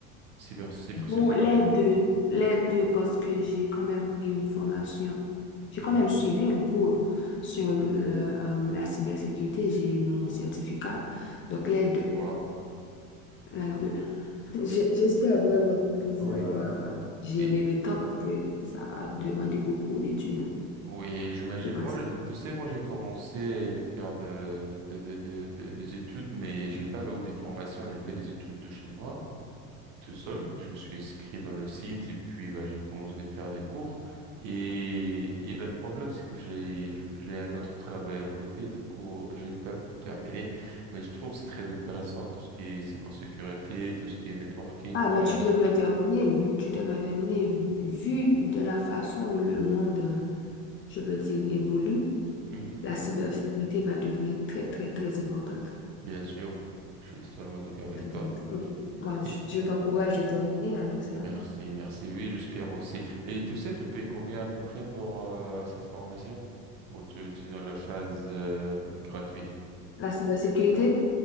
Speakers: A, on the right; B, on the left.
A: cyber cybersécurité?
B: Bon, les deux, les deux, parce que j'ai quand même pris une formation. J'ai
A: Hmm,
B: quand même suivi un cours sur euh, euh, la cybersécurité. J'ai mon certificat. Donc, les deux,
A: Waouh.
B: les deux. J'ai- J'espère vraiment pouvoir
A: Oui.
B: gérer
A: Et,
B: le temps parce que ça va demander beaucoup d'études hein,
A: Oui, j'imagine.
B: pour
A: Moi,
B: passer.
A: je- tu sais, moi, j'ai commencé de faire de, de, de, de- de- des études, mais j'ai pas eu des formations. J'ai fait des études de chez moi, tout seul. Je me suis inscrit dans le site et puis, bah, j'ai commencé de faire des cours. Et, et le problème, c'est que j'ai, je j'ai un autre travail à côté. Du coup, j'ai pas pu terminer. Mais je trouve que c'est très intéressant tout ce qui est cybersécurité, tout ce qui est networking.
B: Ah, mais
A: euh,
B: tu devrais terminer. Tu devrais terminer. Vu de la façon où le monde, je peux dire, évolue,
A: mhm,
B: la cybersécurité va devenir très, très, très importante.
A: bien sûr, je suis totalement d'accord avec
B: Pour
A: toi.
B: dire- oui. Moi,
A: Et
B: je je t'encourage de terminer avec ça.
A: merci, merci. Oui, j'espère aussi. Et tu sais, tu payes combien à peu près pour euh, cette formation? Ou tu, tu donnes la phase euh, gratuite?
B: La cybersécurité,